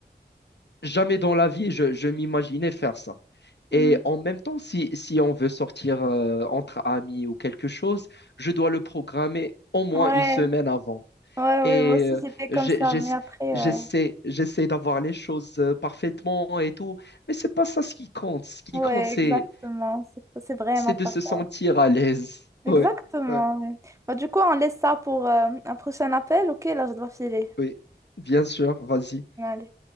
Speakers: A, on the left; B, on the right.
A: Jamais dans la vie, je, je m'imaginais faire ça. Et
B: Hum.
A: en même temps, si, si on veut sortir euh, entre amis ou quelque chose, je dois le programmer au moins
B: Ouais.
A: une semaine avant.
B: Ouais,
A: Et
B: ouais, moi aussi
A: euh,
B: j'étais comme
A: j'ai-
B: ça,
A: j'ess-
B: mais après,
A: j'essaie,
B: euh,
A: j'essaie d'avoir les choses euh, parfaitement et tout. Mais c'est pas ça ce qui compte. Ce qui
B: ouais,
A: compte, c'est,
B: exactement, c'est c'est vraiment
A: c'est
B: pas
A: de se
B: ça.
A: sentir à l'aise.
B: Exactement.
A: Ouais, ouais,
B: ouais. Bah, du coup, on laisse ça pour euh, un prochain appel, ok? Là, je dois filer.
A: oui. Bien sûr, vas-y.
B: Allez.